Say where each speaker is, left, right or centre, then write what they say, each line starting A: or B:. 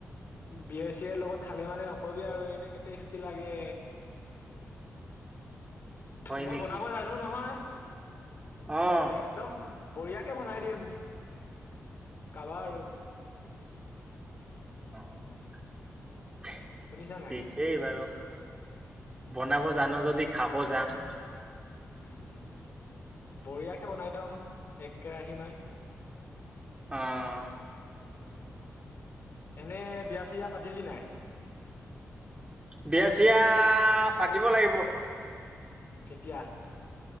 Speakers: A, on the left (about 45°); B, on the right (about 20°).
A: বিএৰ চিএৰ লগত খালে মানে নকবি আৰু এনেকে টেষ্টি লাগে।
B: হয়
A: মই
B: নেকি?
A: বনাব জানো নহয়।
B: অ'।
A: একদম বঢ়িয়াকে বনাই দিম, খাবা আৰু।
B: <unintelligible>
A: শুনিছা নাই?
B: <unintelligible> বাৰু বনাব জানো যদি খাব যাম।
A: উম বৰিয়া কে বনাই থম এক কেৰাহি মান।
B: অ'।
A: উম, এনে বিয়া চিয়া পাতিলি নাই?
B: বিয়া চিয়া পাতিব লাগিব।
A: কেতিয়া?